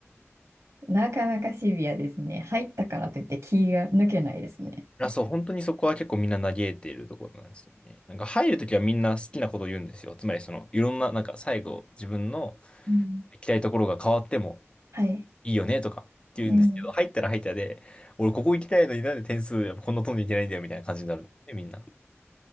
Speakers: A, on the right; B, on the left.
A: なかなかシビアですね。入ったからといって気が抜けないですね。
B: あ、そう、本当にそこは結構みんな嘆いているところなんですよね。なんか入るときはみんな好きなことを言うんですよ。つまりその、いろんな、なんか最後自分の
A: うん。
B: 行きたいところが変わっても
A: はい。
B: いいよねとかって言うんですけど、
A: うん。
B: 入ったら入ったで、俺ここ行きたいのになんで点数やっぱこんな飛んでいけないんだよみたいな感じになるんで、みんな。